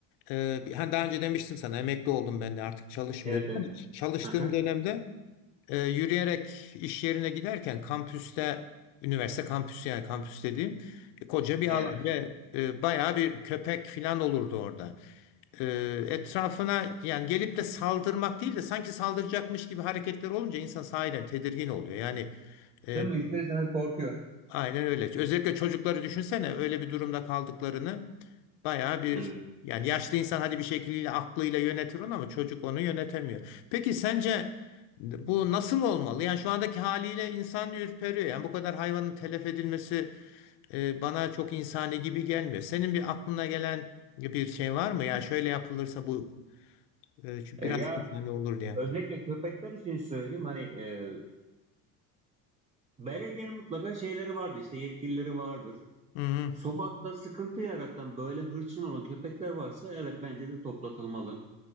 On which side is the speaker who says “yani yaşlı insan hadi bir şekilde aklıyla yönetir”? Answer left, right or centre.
Left